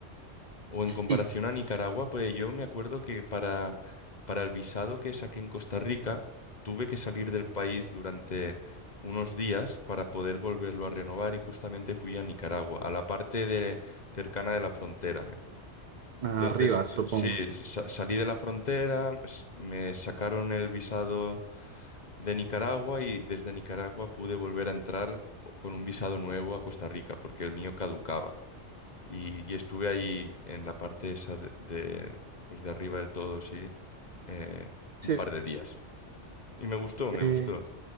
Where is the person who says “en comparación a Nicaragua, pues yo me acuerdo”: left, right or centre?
Left